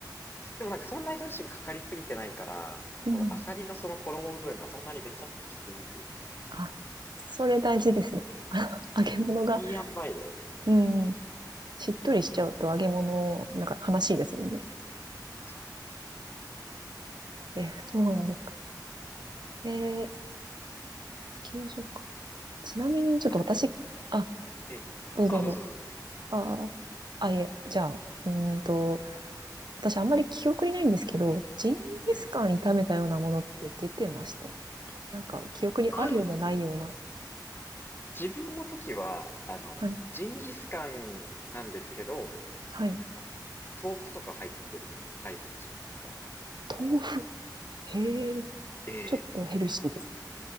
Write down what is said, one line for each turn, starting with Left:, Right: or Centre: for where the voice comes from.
Left: でもなんかそんなにドレッシングかかりすぎてないから、
Right: うん。
Left: そのアサリのその衣部分がそんなにべちゃっとしすぎずみたいな。
Right: あ、それ大事ですね。<laughs> あ揚げ物が、
Left: いい塩梅で。
Right: うんしっとりしちゃうと揚げ物、なんか悲しいですもんね。
Left: そうなんですよ。
Right: え、そうなんですか。ええ、給食か。ちなみにちょっと私、
Left: なんか、
Right: あ、
Left: ええ、
Right: どうぞどうぞ。
Left: あ、どうぞどうぞ。
Right: ああ、あ、いえ、じゃあ、うーんと、私あんまり記憶にないんですけど、ジンギスカン炒めたようなものって出てましたっけなんか記憶にあるようなないような。
Left: ええ。あ、でも、自分の時は、あの、
Right: はい。
Left: ジンギスカンなんですけど、
Right: はい。
Left: なんか、豆腐とか入ってるタイプのジンギスカンで。
Right: 豆腐。へえ。
Left: ええ。
Right: ちょっとヘルシーですね。
Left: なんか、